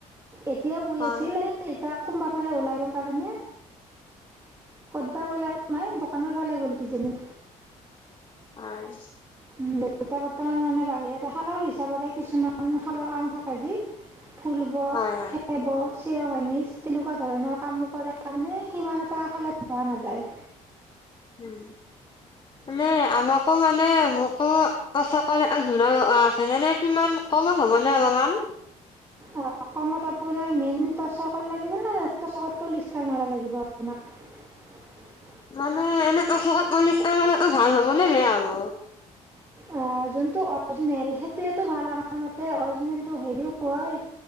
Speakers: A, on the right; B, on the left.
A: এতিয়াও বয়
B: হয়।
A: আছিল এই এতিয়াক কোনোবা ফালে ওলাই গ'ল কাৰণে ক'ত বা গ'ল আৰু মাই এই দোকানৰ ফালে গ'ল কিজানি
B: হয়
A: উম দেউতা বৰ্তমান মানে বাহিৰত শালৰ হিচাপৰে কিছুমান আন শালৰ কাম থাকে যি ফুলব
B: হয়, হয়,
A: খেব চিৰগইনিজ তেনেকোৱা ধৰণৰ কাম কৰাৰ কাৰণে সিমান এটা শালত বহা নাযায়
B: উম এনে আমাকো মানে মোকো তচ কতন জোৰা এযোৰ লাগে আছে নে নাই কিমান কমত হ'বনে অলপমান
A: অ কমত আ পোনাৰ মেইন তচকত লাগিব না তচকত পলিষ্টাৰ মৰা লাগিব আপোনাক
B: মানে এনে তচকত পলিষ্টাৰ কৰাটো ভাল হ'বনে বেয়া হ'ব
A: আহ যোনটো অৰিজিনেল সেইটোৱেটো ভাল আমাৰ মতে অৰিজিনেলটো হেবিও হয়